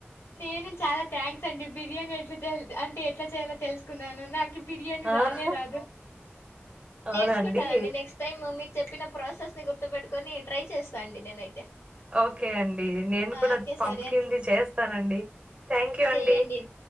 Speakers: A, on the left (about 70°); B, on the right (about 25°).
A: నేను చాలా థ్యాంక్స్ అండి బిర్యానీ ఎట్లా తె అంటే ఎట్లా చేయాలో తెలుసుకున్నాను నా బిర్యానీ
B: ఆహా
A: రానే రాదు
B: అవునండి
A: నేర్సుకుంటానండి నెక్స్ట్ టైమ్ మీ చెప్పిన ప్రాసెస్ ని గుర్తుపెట్టుకొని ట్రై చేస్తా అండి నేనైతే
B: ఓకే అండి నేను
A: ఓకే
B: కూడా పంప్కిన్ది
A: సరే అండి
B: చేస్తానండి థ్యాంక్ యూ
A: చెయ్యండి
B: అండి